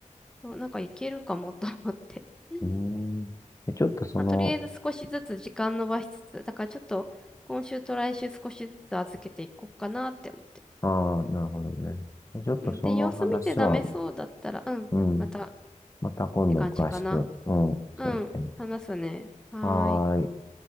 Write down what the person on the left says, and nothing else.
うーん。で、ちょっとその、
ああ、なるほどね。ちょっとその話は、
うん。
また今度詳しく、
うん、教えて。
はーい。